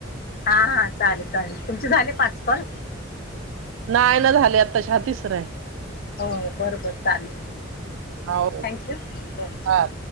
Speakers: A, on the left; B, on the right.
A: हा हा चालेल चालेल तुमचे झाले पाच कॉल.
B: नाहीय ना झाली आताश हा तिसर आहे.
A: हो बरं बरं चालेल,
B: हा ओके ओके
A: थँक्यू, हो.
B: हा